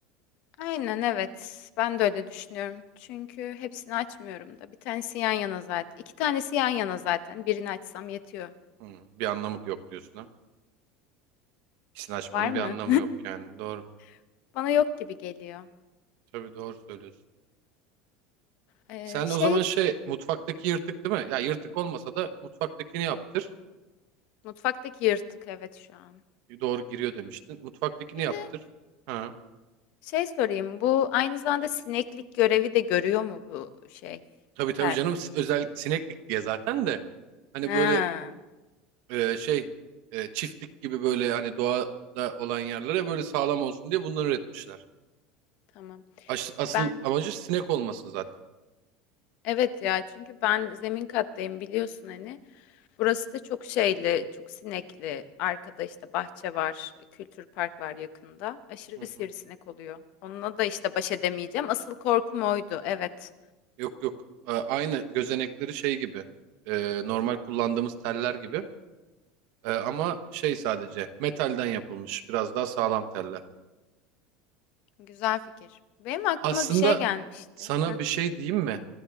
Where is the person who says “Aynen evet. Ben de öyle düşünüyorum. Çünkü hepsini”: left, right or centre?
Left